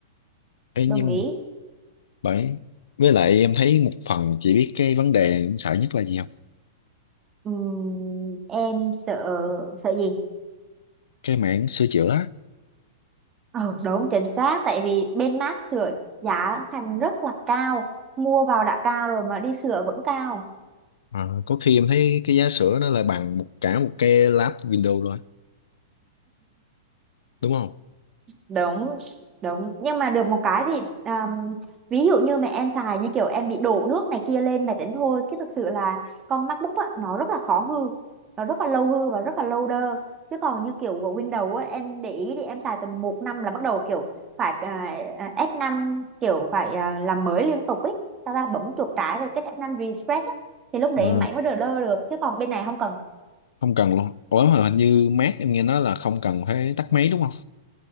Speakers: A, on the left (about 80°); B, on the right (about 20°).
A: Ê, nhưng
B: đồng ý.
A: bởi với lại em thấy một phần chị biết cái vấn đề em sợ nhất là gì không
B: Ừm, em sợ sợ gì?
A: cái mảng sửa chữa á.
B: Ờ, đúng chính xác tại vì bên mát sưởi giá thành rất là cao, mua vào đã cao rồi mà đi sửa vẫn cao.
A: Ờ, có khi em thấy cái giá sửa nó là bằng một cả một cái lab Windows luôn á, đúng không
B: đúng đúng nhưng mà được một cái thì um, ví dụ như mà em xài như kiểu em bị đổ nước này kia lên máy tính thôi chứ thực sự là con MacBook á, nó rất là khó hư nó rất là lâu hư và rất là lâu đơ chứ còn như kiểu của Windows á, em để ý thì em xài tầm một năm là bắt đầu kiểu phải uh, f năm kiểu phải à, làm mới liên tục ấy sao ta bấm chuột trái rồi kết f năm refresh á thì lúc đấy
A: Ừ.
B: máy mới đờ đơ được chứ còn bên này không cần
A: không cần luôn ủa mà hình như Mac em nghe nói là không cần phải tắt máy đúng không